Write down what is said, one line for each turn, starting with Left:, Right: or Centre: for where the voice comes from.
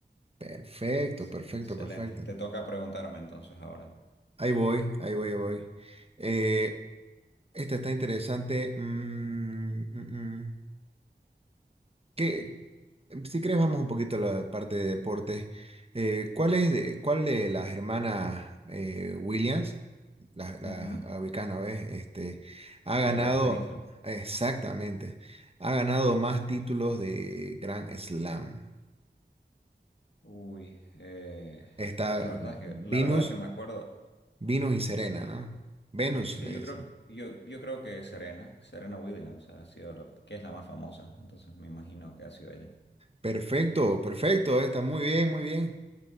Right: Perfecto,
Left: Ex-
Right: perfecto,
Left: excelente.
Right: perfecto.
Left: Te toca preguntarme entonces ahora.
Right: Ahí voy, ahí voy, ahí voy. Eh, Esta está interesante. Mm, mm, mm. ¿Qué- Si crees, vamos un poquito a la parte de deporte. Eh, ¿cuál es de, cuál de las hermanas eh, Williams, las la,
Left: Ujú.
Right: la ubicás, ¿no ves? Este, ha ganado,
Left: Sí, la de tenista.
Right: exactamente, ha ganado más títulos de Grand Slam.
Left: Uy, eh,
Right: Está
Left: la verdad
Right: Venus,
Left: es que, la verdad es que me acuerdo.
Right: Venus y Serena,
Left: Y
Right: ¿no? Venus,
Left: sí,
Right: le
Left: yo
Right: dicen.
Left: creo que, yo, yo creo que Serena, Serena Williams ha sido la, que es la más famosa. Entonces me imagino que ha sido ella.
Right: Perfecto, perfecto, está muy bien, muy bien.